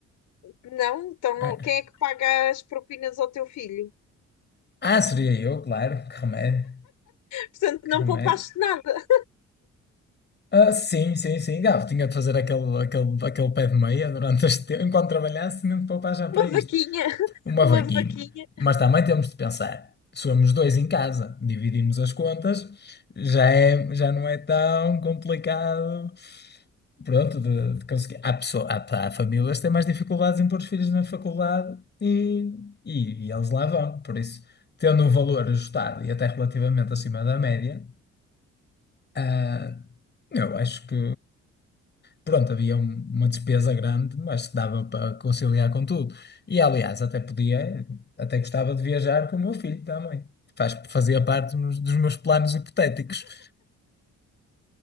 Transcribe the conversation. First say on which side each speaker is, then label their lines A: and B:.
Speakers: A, on the left; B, on the left.
A: Não? Então não,
B: Ah,
A: quem é que paga as propinas ao teu filho?
B: ah, seria eu, claro. Que remédio.
A: Portanto,
B: Que
A: não
B: remédio.
A: poupaste nada.
B: Ah, sim, sim, sim. Gabo, tinha de fazer aquele, aquele, aquele pé de meia durante este tempo, enquanto trabalhasse, tinha de poupar já
A: Uma
B: para isto.
A: vaquinha, <laughs>
B: Uma
A: uma
B: vaquinha.
A: vaquinha.
B: Mas também temos de pensar. Somos dois em casa, dividimos as contas, já é, já não é tão complicado Pronto, de, de conseguir. Há, pessoa, há, há famílias que têm mais dificuldades em pôr os filhos na faculdade e, e, e eles lá vão. Por isso, tendo um valor ajustado e até relativamente acima da média, ah, eu acho que, pronto, havia um- uma despesa grande, mas que dava para conciliar com tudo. E, aliás, até podia, até gostava de viajar com o meu filho também. Faz, fazia parte dos dos meus planos hipotéticos.